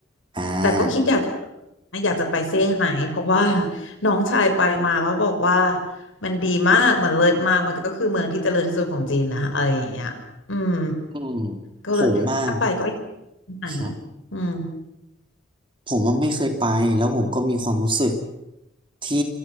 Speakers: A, on the right; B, on the left.
A: อ่า
B: แต่ก็คิดอยากอยากจะไปเซี่ยงไฮ้เพราะว่าน้องชายไปมาแล้วบอกว่ามันดีมาก มันเลิศมาก มันก็คือเมืองที่เจริญที่สุดของจีนนะอะไรอย่างเงี้ยอืม
A: อืม
B: ก็เลยถ้าไปก็อยากไปไหน
A: ผมอ่ะครับ
B: อืม
A: ผมว่าไม่เคยไปแล้วผมก็มีความรู้สึกที่